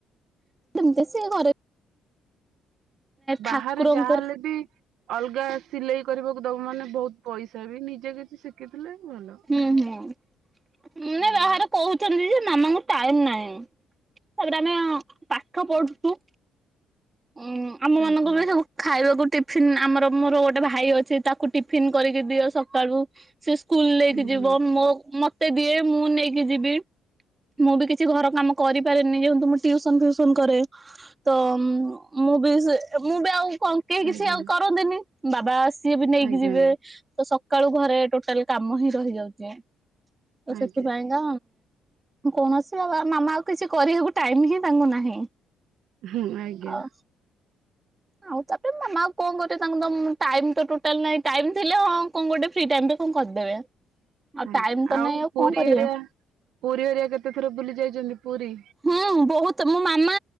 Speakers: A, on the right; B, on the right.
A: ଏମିତି ସିଏ ଘରେ
B: ବାହାରେ
A: ଠାକୁରଙ୍କର
B: ଯାହା ହେଲେ ବି ଅଲଗା ସିଲେଇ କରିବାକୁ ଦବୁ ମାନେ ବହୁତ ପଇସା ବି ନିଜେ କିଛି ସିକ୍ ଶିଖିଥିଲେ ଭଲ।
A: ହୁଁ, ହୁଁ ମୁନି
B: ହୁଁ
A: ବାହାରେ କହୁଛି ଛନ୍ତି ଯେ ମାମାଙ୍କୁ ଟାଇମ ନାହିଁ ତାପରେ ଆମେ ପାଠ ପଢୁଛୁ। ଉଁ ଆମ ମାନଙ୍କ
B: ଆଜ୍ଞା
A: ପାଇଁ ସବୁ ଖାଇବାକୁ ଟିଫିନ ଆମର ମୋର ଗୋଟେ ଭାଇ ଅଛି ତାକୁ ଟିଫିନ କରିକି ଦିଅ ସକାଳୁ ସେ ସ୍କୁଲ ନେଇକି
B: ହୁଁ
A: ଯିବ
B: ହୁଁ
A: ମୋ ମତେ ଦିଏ ମୁଁ ନେଇକି ଯିବି। ମୁଁ ବି କିଛି ଘର କାମ କରିପାରିନି ଯେହେତୁ ମୁଁ ଟିଉସନ ଫିଉସନ କରେ ତ ମୁଁ ବି ସେ ମୁଁ ବି କଣ କେଇ କିଛି
B: ଆଜ୍ଞା
A: ଆଉ କରନ୍ତିନି। ବାବା ସିଏ ବି ନେଇକି
B: ଆଜ୍ଞା
A: ଯିବେ ତ ସକାଳୁ ଘରେ ଟୋଟାଲ କାମ ହିଁ ରହିଯାଉଛି। ତ
B: ଆଜ୍ଞା।
A: ସେଥିପାଇଁ ତ କୌଣସି ବାବା ମାମା ଆଉ କିଛି କରିବାକୁ ଟାଇମ ହିଁ ତାଙ୍କୁ ନାହିଁ।
B: ହୁଁ ଆଜ୍ଞା।
A: ଆଉ ଆଉ ତାପରେ ମାମା କଣ କରବେ ତାଙ୍କୁ ତ ଟାଇମ ତ ଟୋଟାଲ ନାଇଁ ଟାଇମ ଥିଲେ ହଁ କଣ ଗୋଟେ ଫ୍ରି ଟାଇମରେ କଣ କରିଦେବେ। ଆଉ
B: ଆଜ୍ଞା
A: ଟାଇମ ତ
B: ଆଉ
A: ନାଇଁ କଣ
B: ପୁରୀ
A: କରିବେ।
B: ଏରିଆ ପୁରୀ ଏରିଆ କେତେ ଥର ବୁଲି ଯାଇଛନ୍ତି ପୁରୀ?
A: ହୁଁ ବହୁତ ମୋ ମାମା